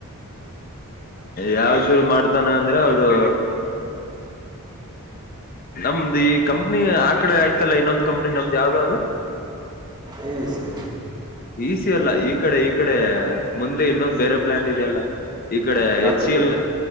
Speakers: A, on the left; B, on the right.
A: ಯಾವ್ದ ಮಾಡ್ತಾನೆ ಅಂದ್ರೆ ಅದು ನಮ್ದ್ ಈ ಕಂಪ್ನಿ ಆ ಕಡೆ ಆಯ್ತಲ್ಲ ಇನ್ನೊಂದ್ ಕಂಪ್ನಿ ನಮ್ದ್ ಯಾವ್ದ ಯಾವ್ದದು
B: ಈ ಸಿ
A: ಈಸ ಅಲ್ಲ ಈ ಕಡೆ ಈ ಕಡೆ ಮುಂದೆ ಇನ್ನೊಂದು್ ಬೇರೆ ಪ್ಲಾಂಟ್ ಇದೆಯಲ್ಲ ಇ ಕಡೆ
B: ಫ್ಯಾಬ್ರಿಕ್
A: ಹೆಚ್ ಸಿ ಎಲ್